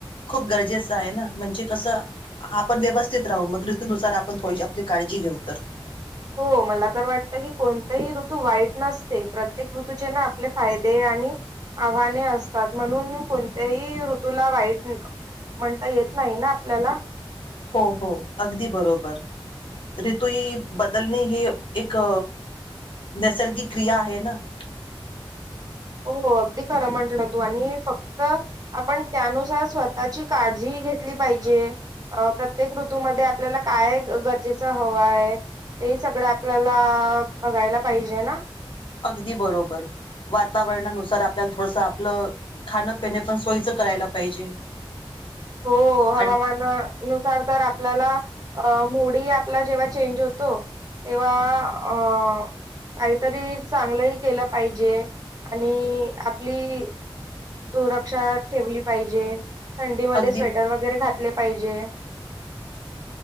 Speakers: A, on the left; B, on the right.
A: खूप गरजेचं आहे ना म्हणजे कसं. हा आपण व्यवस्थित राहू मग ऋतनुसार आपण थोडीशी आपली काळजी घेऊ तर.
B: हो मला तर वाटत की कोणतेही ऋतू वाईट नसते प्रत्येक. ऋतूचे ना आपले फायदे आणि, आव्हाने असतात म्हणून कोणत्याही ऋतूला वाईट म्हणता येत नाही ना आपल्याला.
A: हो हो अगदी बरोबर. रितुई बदलणे हे एक. नैसर्गिक क्रिया आहे ना.
B: हो अगदी खरं म्हंटलं तू आणि फक्त आपण त्यानुसार स्वतःची काळजी, घेतली पाहिजे अ प्रत्येक ऋतूमध्येध्ये आपल्याला काय गरजेच हवहाय. ते सगळं आपल्याला बघायला पाहिजे ना.
A: अगदी बरोबर. वातावरणानुसार आपल्याला थोडसं आपलं खाणंपिणे पण सोयीचं करायला पाहिजे.
B: हो हवामानानुसार
A: थं
B: तर आप आपल्याला <inaudible> <unintelligible> <unintelligible> थंडीमध्येध्ये
A: अगदी
B: <inaudible>
A: <inaudible>